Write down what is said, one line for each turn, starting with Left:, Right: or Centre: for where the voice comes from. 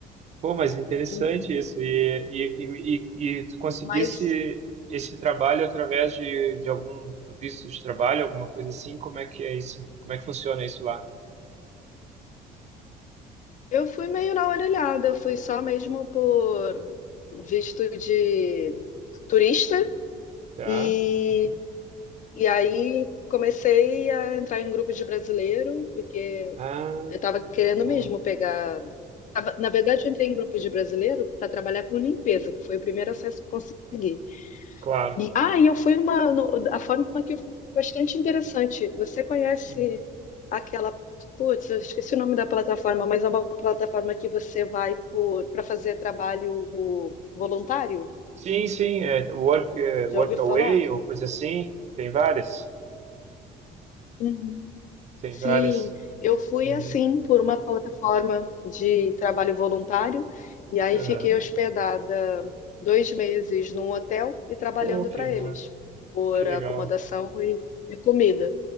Right: Pô, mas interessante
Left: Hum.
Right: isso. E, e, e, e, e tu conseguisse
Left: Mas
Right: esse trabalho através de, de algum visto de trabalho, alguma coisa assim? Como é que é isso? Como é que funciona isso lá?
Left: eu fui meio na orelhada, eu fui só mesmo por visto de turista.
Right: Tá.
Left: E
Right: Uhum.
Left: E aí comecei a entrar em grupos de brasileiro, porque
Right: Ah,
Left: eu estava querendo
Right: boa.
Left: mesmo pegar. tava- Na verdade, eu entrei em grupos de brasileiro para trabalhar com limpeza, que foi o primeiro acesso que eu consegui.
Right: Claro.
Left: E, ah, e eu fui numa. no- a forma que eu fui foi bastante interessante. Você conhece
Right: Hum.
Left: aquela. Putz, eu esqueci o nome da plataforma, mas é uma plataforma que você vai para fazer trabalho voluntário?
Right: Sim, sim. É, work, eh,
Left: Já
Right: work
Left: ouviu
Right: away
Left: falar?
Right: ou coisa assim. Tem várias.
Left: Uhum.
Right: Tem
Left: Sim,
Right: várias.
Left: eu fui
Right: Uhum.
Left: assim por uma plataforma de trabalho voluntário e aí
Right: Aham.
Left: fiquei hospedada dois meses num hotel e trabalhando
Right: Pô, que
Left: para
Right: massa.
Left: eles por
Right: Que legal.
Left: acomodação e, e comida.